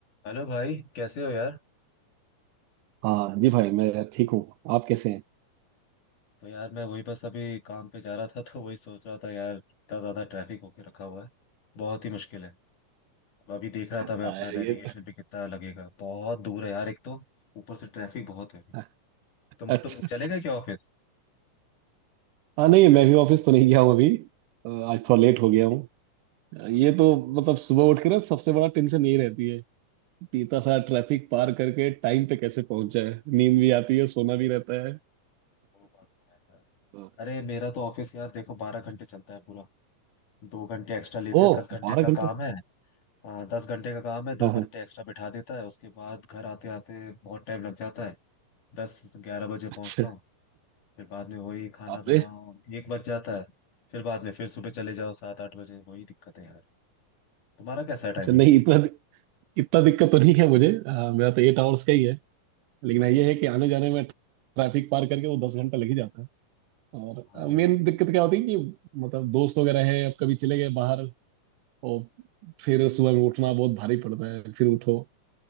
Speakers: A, on the left (about 65°); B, on the right (about 80°).
A: Hello भाई कैसे हो यार
B: हाँ जी भाई मैं ठीक हूँ आप कैसे हैं
A: तो यार मैं वही बस अभी काम पे जा रहा था तो वही सोच रहा था यार इतना ज्यादा ट्रैफिक होके रखा हुआ है बहुत ही मुश्किल है तो अभी देख रहा
B: आया
A: था मैं अपना नेविगेशन
B: ये
A: पे कितना लगेगा बहुत दूर है यार एक तो ऊपर से ट्रैफिक बहुत है अभी
B: <laughs>
A: तुम
B: अच्छा
A: तुम चलेगा क्या ऑफिस
B: हाँ नहीं मैं भी ऑफिस तो नहीं गया हूँ अभी अ, आज थोड़ा लेट हो गया हूँ अ, ये
A: हाँ,
B: तो मतलब सुबह उठ के ना सबसे बड़ा टेंशन यही रहती है कि इतना सारा ट्रैफिक पार करके टाइम पे कैसे पहुंच जाए नींद भी आती है सोना भी रहता है
A: वो बात तो है यार।
B: अ,
A: अरे मेरा तो ऑफिस यार देखो बारह घंटे चलता है पूरा दो घंटे एक्स्ट्रा लेते
B: ओ
A: हैं दस घंटे
B: बारह
A: का
B: घंटे
A: काम है हाँ दस घंटे का काम है दो
B: हाँ हाँ
A: घंटे एक्स्ट्रा बिठा देता है उसके बाद घर आते आते बहुत टाइम लग जाता है दस ग्यारह बजे
B: अच्छा
A: पहुंचता हूँ फिर बाद में वही खाना
B: बाप
A: बनाओ
B: रे
A: एक बज जाता है फिर बाद में फिर सुबह चले जाओ सात आठ बजे वही दिक्कत है यार तुम्हारा कैसा है टाइमिंग
B: अच्छा नहीं इतना इतना दिक्कत तो नहीं है मुझे अ, मेरा तो एट आवर्स का ही है लेकिन
A: हाँ
B: ये है कि आने जाने में ट्रैफिक पार करके वो दस घंटा लग ही जाता है और
A: हाँ यार
B: मेन दिक्कत क्या होती है कि मतलब दोस्त वगैरह है अब कभी चले गए बाहर और फिर सुबह में उठना बहुत भारी पड़ता है फिर उठो